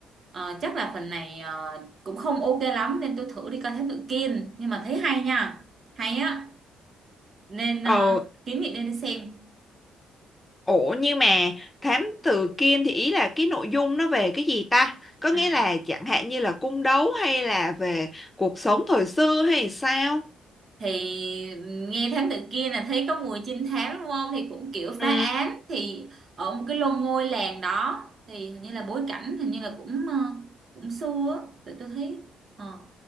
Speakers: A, on the right (about 50°); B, on the left (about 15°).
A: ờ, chắc là phần này ờ, cũng không ok lắm, nên tôi thử đi coi Thám Tử Kiên. Nhưng mà thấy hay nha, hay á, nên ờ,
B: ờ,
A: kiến nghị nên đi xem.
B: ủa nhưng mà thám tử Kiên thì ý là cái nội dung nó về cái gì ta? Có
A: À.
B: nghĩa là chẳng hạn như là cung đấu hay là về cuộc sống thời xưa hay sao?
A: thì nghe thám tử kia là thấy có mùi trinh thám đúng không thì cũng kiểu
B: Ừ,
A: phá án thì ở một cái lô ngôi làng đó thì hình như là bối cảnh hình như là cũng ờ, cũng xưa á tụi tôi thấy ờ.